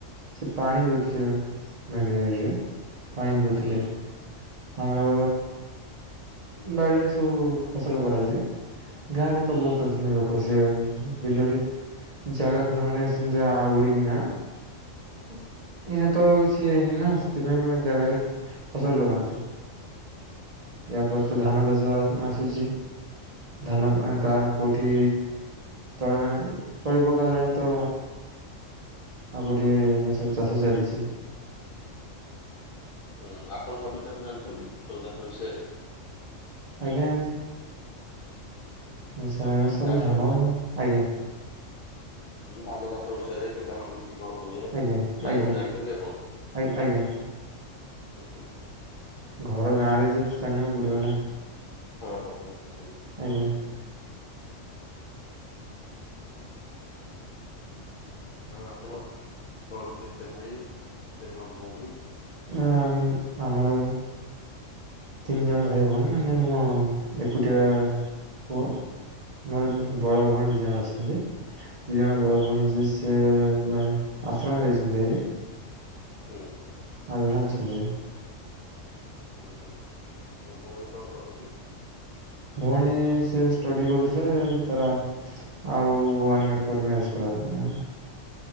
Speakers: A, on the right; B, on the left.
A: ସେ ପାଣି
B: ହୁଁ
A: ଦଉଥିଲେ ଭେଣ୍ଡିବାରିରେ ପାଣି ଦଉଥିଲେ।
B: ହୁଁ
A: ଆମର ବାଡିରେ ସବୁ ଫସଲ କରାଯାଏ ଗାଁ ରେ
B: ହୁଁ
A: ତ ବହୁତ ଅଛନ୍ତି ଲୋକ। ସେ ବିଲରେ ଜାଗା ଖଣ୍ଡେ ଖଣ୍ଡେ ସେ ଜାବୁଡିକିନା ଏଇନ ତ କିଛି ହେଇନିନା ସେଥିପାଇଁ <unintelligible> ଜାଗାରେ ଫସଲ ଲଗାନ୍ତି। ୟା
B: ହୁଁ।
A: ପରେ ତ ଧାନ ଚାଷ ଆ-ଆସୁଛି ଧାନ କା- କୋଉଠି? ତଳା ତଳି ପକା ହେଲାଣି ତ? ଆଉ ଗୋଟେ ଏଇନା ସବୁ ଚାଷ ଚାଲିଛି।
B: ହଁ ଆପଣ ସବୁ ଚାଷ ଜାଣିଛନ୍ତି? ସବୁ ଚାଷ ବିଷୟରେ?
A: ଆଜ୍ଞା। ଆଛା ସେ
B: ମୁଁ କହିଲି
A: ସବୁ
B: ଚାଷ
A: ଧାନ ଆଜ୍ଞା।
B: ଧାନ ଚାଷ ବିଷୟରେ କିମ୍ବା କଣ ହୁଏ ଏଟା
A: ଆଜ୍ଞା ଆଜ୍ଞା
B: ସବୁ ଜାଣିଛନ୍ତି ଆପଣ
A: ଆଜ୍ଞା ଆଜ୍ଞା
B: ହୁଁ।
A: ଘର ଗାଁ ରେ ଯେହେତୁ ଜାଣିବାକୁ ପଡିବ ନା?
B: ହଁ ହଁ ହଁ ସେମିତି କଥା
A: ଆଜ୍ଞା
B: ଭାଇ। ଆଉ ଆପଣ କଣ କେତେ ଭାଇ କେତେ କଣ ଭଉଣୀ?
A: ଆ-ଆମ-ଆମର ତିନି ଜଣ ଭାଇ ଭଉଣୀ ମାନେ ମୁଁ ଏକୁଟିଆ ପୁଅ। ମୋର ବି
B: ହୁଁ ହୁଁ
A: ବଡ ଭଉଣୀ ଦି ଜଣ ଅଛନ୍ତି ଦି ଜଣ
B: ହୁଁ
A: ବଡ ଭଉଣୀ ଯିଏ ସିଏ ଜଣେ ଆଶ୍ରମ ଜାଇଛନ୍ତି ହାରି।
B: ହୁଁ।
A: ଆଉଜାଣେ ଅଛନ୍ତି।
B: ହୁଁ ହୁଁ ଭଉଣୀ କଣ କରନ୍ତି?
A: ଭଉଣୀ ସେ ଷ୍ଟଡି କରୁଥିଲେ ତାର ଆ ଆଉ ୱାନ ଇୟର ପରେ ମ୍ୟାରେଜ୍ କରାହବ।